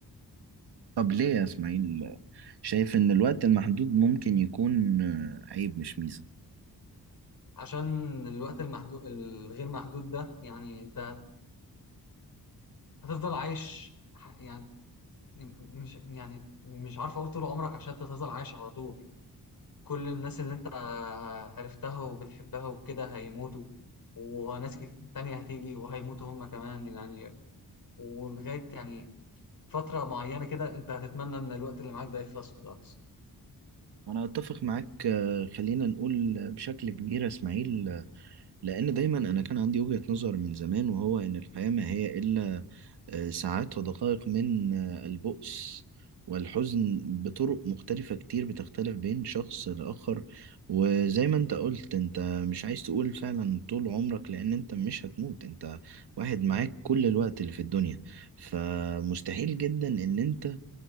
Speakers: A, on the right; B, on the left.
A: طب ليه يا اسماعيل شايف ان الوقت المحدود ممكن يكون آه، عيب مش ميزة
B: عشان الوقت المحدود الغير محدود ده يعني انت هتفضل عايش ح- يعني مش يعني مش عارف اقول طول عمرك عشان انت هتفضل عايش على طول كل الناس اللي انت عرفتها وبتحبها وكده هيموتوا وناس كت- تانية هتيجي وهيموتوا هم كمان يعني ولغاية يعني فترة معينة كده أنت هتتمنى إن الوقت اللي معاك ده يخلص خلاص
A: انا اتفق معاك آه، خلينا نقول آه، بشكل كبير يا اسماعيل آه، لان دايما انا كان عندي وجهة نظر من زمان وهو ان الحياة ما هي الا ساعات ودقائق من البؤس والحزن بطرق مختلفة كتير بتختلف بين شخص لآخر وزي ما انت قلت انت مش عايز تقول فعلا طول عمرك لأن انت مش هتموت انت واحد معاك كل الوقت اللي في الدنيا فمستحيل جدا ان انت